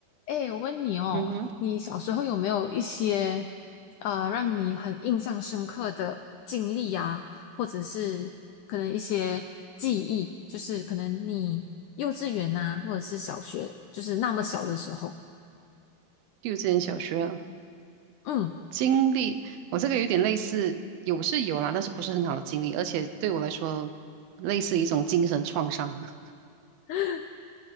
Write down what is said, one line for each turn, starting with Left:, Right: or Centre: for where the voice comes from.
Left: 哎，我问你哦，
Right: 嗯哼，
Left: 你小时候有没有一些啊呃让你很印象深刻的经历啊，或者是可能一些记忆，就是可能你幼稚园呐、或者是小学，就是那么小的时候，
Right: 幼稚园、小学啊
Left: 嗯，
Right: 经历，我这个有点类似，有是有啦，但是不是很好的经历，而且对我来说，类似一种精神创伤吧。<laughs>
Left: <laughs>